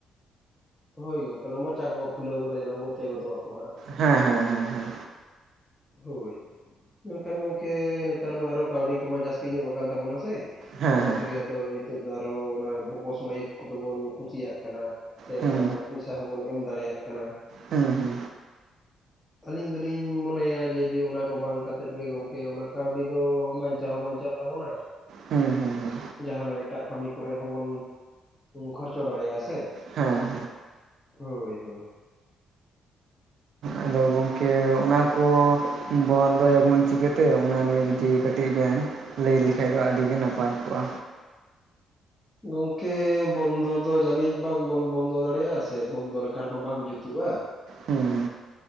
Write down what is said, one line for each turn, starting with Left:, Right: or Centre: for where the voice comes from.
Left: ᱦᱳᱭ ᱜᱚᱝᱠᱮ ᱢᱚᱪᱟ ᱠᱚ ᱯᱷᱩᱞ ᱜᱚᱫᱟ ᱜᱷᱛᱮ ᱜᱚᱫᱚ ᱟᱠᱚ ᱦᱟᱜ
Right: ᱦᱮᱸ ᱦᱮᱸ ᱦᱮᱸ ᱦᱮᱸ
Left: ᱦᱳᱭ ᱢᱮᱱ ᱠᱷᱟᱱ ᱜᱚᱝᱠᱮ ᱱᱮᱛᱟᱨ ᱢᱟ ᱟᱨ ᱦᱚᱸ ᱠᱟᱹᱣᱰᱤ ᱠᱚᱢᱟ ᱡᱟᱹᱥᱛᱤ ᱧᱚᱜ ᱟᱠᱟᱱ ᱛᱟᱵᱚᱱᱟ ᱥᱮ
Right: ᱦᱮᱸ
Left: ᱚᱱᱟ
Right: ᱦᱮᱸ
Left: ᱛᱮᱜᱮ ᱟᱫᱚ ᱱᱤᱛᱚᱜ ᱫᱚ ᱟᱨᱦᱚᱸ ᱚᱱᱟ ᱵᱚᱠᱥ ᱢᱟᱭᱤᱠ ᱠᱚᱫᱚ ᱵᱚᱱ ᱠᱩᱥᱤᱭᱟᱜ ᱠᱟᱱᱟ᱾ ᱥᱮ
Right: ᱦᱮᱸ
Left: ᱚᱱᱟ ᱨᱮᱱᱟᱜ ᱯᱩᱭᱥᱟᱹ ᱦᱚᱸᱵᱚᱱ ᱮᱢ ᱫᱟᱲᱮᱭᱟᱜ ᱠᱟᱱᱟ᱾
Right: ᱦᱮᱸ ᱦᱮᱸ
Left: ᱟᱹᱞᱤᱧ ᱫᱚ ᱞᱤᱧ ᱢᱚᱱᱮᱭᱟ ᱡᱩᱫᱤ ᱚᱱᱟ ᱠᱚ ᱵᱟᱝ ᱠᱟᱛᱮᱫ ᱜᱮ ᱜᱚᱝᱠᱮ ᱚᱱᱟ ᱠᱟᱹᱣᱰᱤ ᱫᱚ ᱵᱟᱧ ᱪᱟᱣ ᱦᱚᱸ ᱵᱟᱧ ᱪᱟᱜ ᱛᱟᱵᱚᱱᱟ
Right: ᱦᱩᱸ ᱦᱩᱸ ᱦᱩᱸ
Left: ᱡᱟᱦᱟ ᱱᱟᱜ ᱮᱴᱟᱜ ᱠᱟᱹᱢᱤ ᱠᱚᱨᱮ ᱦᱚᱸᱵᱚᱱ ᱠᱷᱚᱨᱪᱟ ᱫᱟᱲᱮᱭᱟᱜᱼᱟ ᱥᱮ᱾
Right: ᱦᱮᱸ
Left: ᱦᱳᱭ ᱦᱳᱭ
Right: ᱟᱫᱚ ᱜᱚᱝᱠᱮ ᱚᱱᱟ ᱠᱚ ᱵᱚᱱᱫᱚᱭᱟ ᱵᱚᱱ ᱪᱤᱠᱟᱹ ᱛᱮ ᱚᱱᱟ ᱱᱤᱭᱮ ᱡᱩᱫᱤ ᱠᱟᱹᱴᱤᱡ ᱵᱮᱱ ᱞᱟᱹᱭ ᱞᱮ ᱠᱷᱟᱡ ᱫᱚ ᱟᱹᱰᱤ ᱜᱮ ᱱᱟᱯᱟᱭ ᱠᱚᱜᱼᱟ?
Left: ᱜᱚᱝᱠᱮ ᱵᱚᱱᱫᱚ ᱫᱚ ᱡᱟᱹᱱᱤᱡ ᱵᱟᱝ ᱵᱚᱱ ᱵᱚᱱᱫᱚ ᱫᱟᱲᱮᱭᱟᱜᱼᱟ ᱥᱮ ᱵᱚᱱᱫᱚ ᱞᱮᱠᱷᱟᱱ ᱦᱚᱸ ᱵᱟᱝ ᱡᱩᱛᱩᱜᱼᱟ᱾
Right: ᱦᱩᱸ